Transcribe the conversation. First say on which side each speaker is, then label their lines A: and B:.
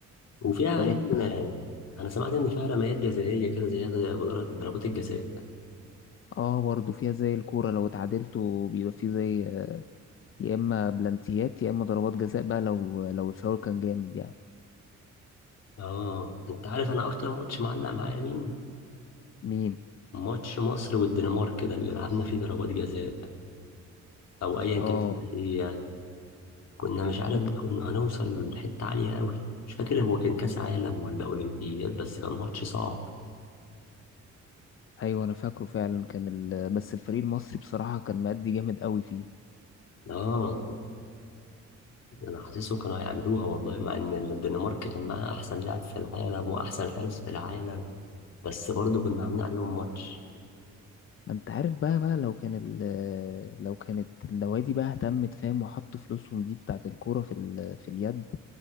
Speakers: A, on the left; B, on the left.
A: وفيها
B: طب انت
A: ان انا سمعت ان فيها رميات جزائية كده زيادة زي ضربات ضربات الجزاء
B: اه برضه فيها زي الكوره لو اتعادلتوا بيبقى فيه زي آه، يا اما بلانتيات يا اما ضربات جزاء بقى لو لو الفاول كان جامد يعني
A: اه انت عارف انا اكتر ماتش معلق معايا مين
B: مين
A: ماتش مصر والدنمارك ده اللي لعبنا فيه ضربات جزاء او ايا
B: اه
A: كان اسمها ايه يعني كنا مش عارف
B: ده
A: ده
B: ك-
A: كنا هنوصل لحته عاليه قوي مش فاكر هو كان كاس عالم ولا اولمبياد بس كان ماتش صعب
B: ايوه انا فاكره فعلا كان ال... بس الفريق المصري بصراحه كان مادي جامد قوي فيه
A: اه انا حاسسهم كانوا هيعملوها والله مع ان الدنمارك كان معاها احسن لاعب في العالم واحسن حارس في العالم بس برضه كنا عاملين عليهم ماتش
B: ما انت عارف بقى بقى لو كان ال- لو كانت النوادي بقى اهتمت فاهم وحطوا فلوسهم دي بتاعت الكورة في ال... في اليد